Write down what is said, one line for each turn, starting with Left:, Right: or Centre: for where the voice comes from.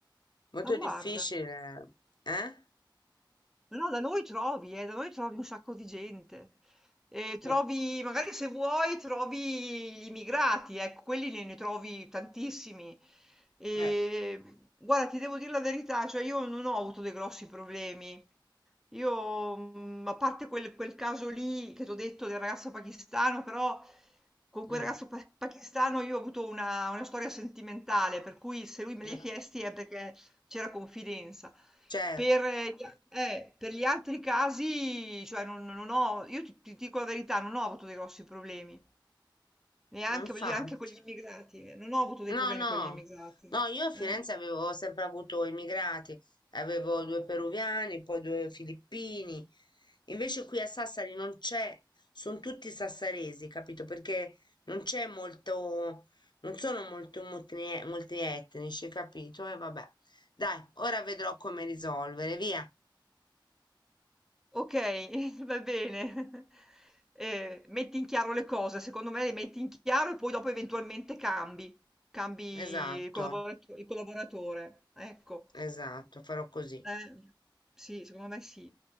Left: molto
Centre: Ma guarda,
Left: difficile, eh?
Centre: ma no, da noi trovi, eh, da noi trovi un sacco di gente. E trovi,
Left: Eh,
Centre: magari se vuoi, trovi gli immigrati, ecco, quelli ne, ne trovi tantissimi. E
Left: eh,
Centre: guarda, ti devo dire la verità, cioè io non ho avuto dei grossi problemi. Io, mhmm, a parte quel quel caso lì che t'ho detto del ragazzo pakistano, però con
Left: mm,
Centre: quel ragazzo pa pakistano io ho avuto una una storia sentimentale, per cui se lui me
Left: eh,
Centre: li ha chiesti è perché c'era confidenza.
Left: certo,
Centre: Per eh, gli a eh, per gli altri casi, cioè non non ho io ti ti dico la verità, non ho avuto dei grossi problemi, neanche
Left: ma infatti.
Centre: voglio dire anche con gli immigrati, eh, non ho avuto dei
Left: No,
Centre: problemi
Left: no,
Centre: con gli immigrati.
Left: no, io a Firenze
Centre: Eh.
Left: avevo sempre avuto immigrati, avevo due peruviani, poi due filippini, invece qui a Sassari non c'è, sono tutti sassaresi, capito? Perché non c'è molto, non sono molto multi- multietnici, capito? E vabbè, dai, ora vedrò come risolvere, via.
Centre: Okay, <laughs> va bene. Ehm, metti in chiaro le cose, secondo me le metti in chiaro e poi dopo eventualmente cambi, cambi
Left: Esatto,
Centre: il collaborato il collaboratore, ecco.
Left: esatto, farò così.
Centre: Eh, sì, secondo me sì.